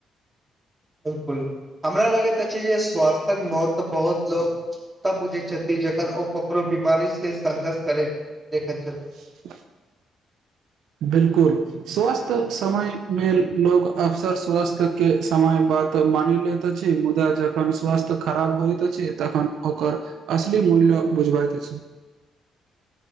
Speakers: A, on the right; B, on the right.
A: बिलकुल हमरा लगैत अछि जे स्वास्थक महत्व बहुत लोको तब बुझैत छथि जखन ओ ककरो बीमारी से संघर्ष करैत देखैत छथि
B: <inaudible> बिलकुल स्वस्थ समय मे लोग अवसर स्वस्थ केँ समय बाद तऽ मानि लैत छै मुदा जखन स्वास्थ्य खराब होइत अछि तखन ओकर असली मूल्य बुझबैत अछि